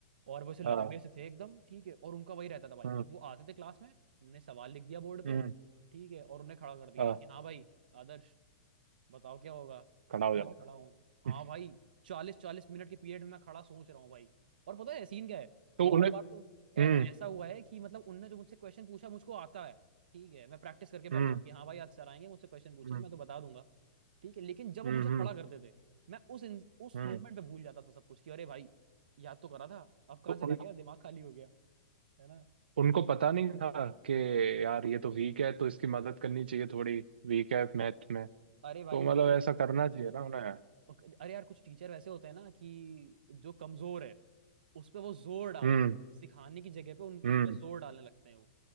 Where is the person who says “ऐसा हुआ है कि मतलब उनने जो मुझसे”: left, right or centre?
Right